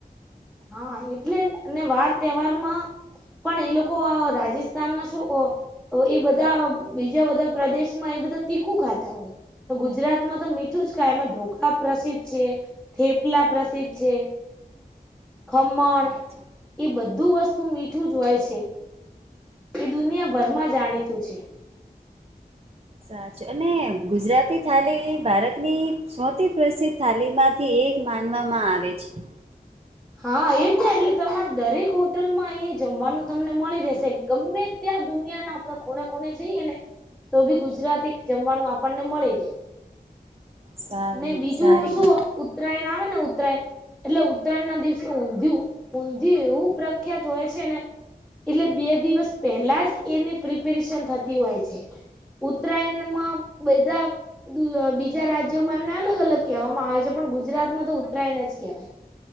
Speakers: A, in the centre; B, on the right (about 40°).
A: હા એટલે અને વાર તહેવારમાં પણ એ લોકો રાજસ્થાન ના શું હોય એ બધા બીજા બધા પ્રદેશ માં એ બધા તીખું ખાતા હોય. તો ગુજરાતમાં તો મીઠું જ કાય એમાં ઢોકા પ્રસિદ્ધ છે થેપલા પ્રસિદ્ધ છે. ખમણ
B: સાચું
A: એ બધું વસ્તુ મીઠું જ હોય છે. એ દુનિયાભરમાં જાણીતું છે.
B: સાચું અને ગુજરાતી થાલી ભારતની સૌથી પ્રસિદ્ધ થાલીમાંથી એક માનવામાં આવે છે.
A: હા એ જ ને એટલે તમારે દરેક હોટલમાં એ જમવાનું તમને મળી રહેશે. ત્યાં દુનિયા ના આપણે કોને કોને જઈએ ને તો ભી ગુજરાતી જમવાનું આપણને મળી જાય.
B: સારી
A: ને બીજું
B: સારી
A: શું
B: વાત
A: ઉત્તરાયણ આવે ને ઉત્તરાયણ એટલે ઉતરાયણના ના દિવસે ઊંધિયું ઊંધિયું એવુ પ્રખ્યાત હોય છે. એટલે બે દિવસ પહેલા જ એની પ્રિપેરેશન થતી હોય છે. ઉત્તરાયણમાં બધા <unintelligible> બીજા રાજ્યોમાં એમને અલગ અલગ કહેવામાં આવે છે પણ ગુજરાતમાં તો ઉત્તરાયણ જ કહેવાય.